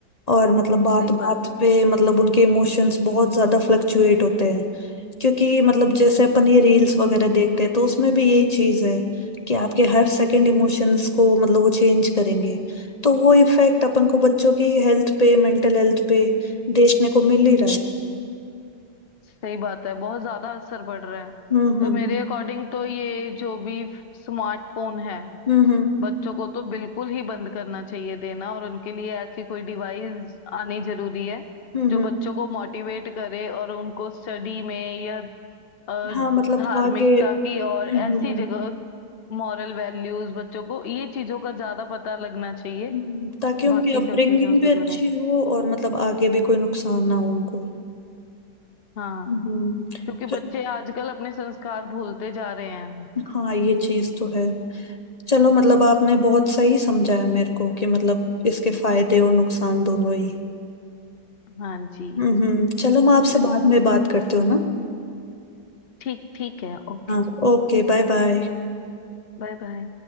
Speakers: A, on the left; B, on the left.
A: और मतलब बात
B: सही
A: बात
B: बात है
A: पे मतलब उनके इमोशंस बहुत ज्यादा फ्लक्चुएट होते क्योंकि मतलब जैसे अपन ये रील्स वगैरह देखते हैं तो उसमें भी यही चीज है कि आपके हर सेकंड इमोशंस को मतलब वो चेंज करेंगे तो वो इफेक्ट अपन को बच्चों की हेल्थ पे मेंटल हेल्थ पे देखने को मिल ही रहा है
B: हम्म, सही बात है बहुत ज्यादा असर पड़ रहा है
A: हम्म
B: तो
A: हम्म
B: मेरे अकॉर्डिंग तो ये जो भी स्मार्टफोन है
A: हम्म हम्म
B: बच्चों को तो बिल्कुल ही बंद करना चाहिए देना और उनके लिए ऐसी कोई डिवाइस आनी जरूरी है
A: हम्म
B: जो
A: हम्म।
B: बच्चों को मोटिवेट करे और उनको स्टडी में या अ,
A: हाँ मतलब
B: धार्मिकता
A: आगे
B: की और
A: हम्म
B: ऐसी
A: हम्म हम्म,
B: जगह मॉरल वैल्यूज बच्चों को ये चीजों का ज्यादा पता लगना चाहिए
A: हम्म, ताकि उनकी
B: बाकी
A: अपब्रिंगिंग
B: सब चीजों से
A: भी अच्छी
B: ज्यादा
A: हो और मतलब आगे भी कोई नुकसान ना हो उनको
B: हाँ
A: हम्म हम्म।
B: क्योंकि
A: च-
B: बच्चे आजकल अपने संस्कार भूलते जा रहे हैं
A: हाँ ये चीज तो है चलो मतलब आपने बहुत सही समझाया मेरे को कि मतलब इसके फायदे और नुकसान दोनों ही
B: हाँ जी
A: हम्म हम्म चलो मैं आपसे
B: चलो
A: बाद में बात करती हूँ ना
B: ठीक ठीक है ओके
A: हाँ
B: जी
A: ओके बाय बाय
B: Bye bye